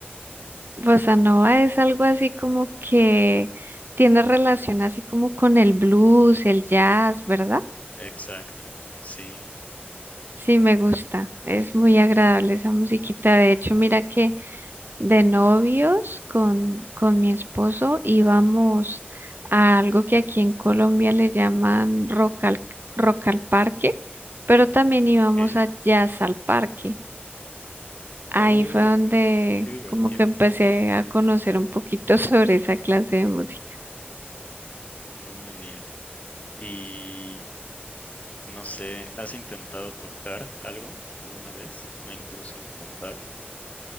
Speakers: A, on the right; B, on the left.
A: Bossa nova es algo así como que tiene relación así como con el blues, el jazz, ¿verdad?
B: Exacto, sí.
A: Sí, me gusta. Es muy agradable esa musiquita. De hecho, mira que de novios con, con mi esposo íbamos a algo que aquí en Colombia le llaman rock al, rock al parque, pero también íbamos
B: Ok.
A: a jazz al parque. Ahí
B: Oh,
A: fue donde
B: qué divertido.
A: como que empecé a conocer un poquito <laughs> sobre esa clase de música.
B: Muy bien. Y no sé, ¿has intentado tocar algo alguna vez? O incluso contar.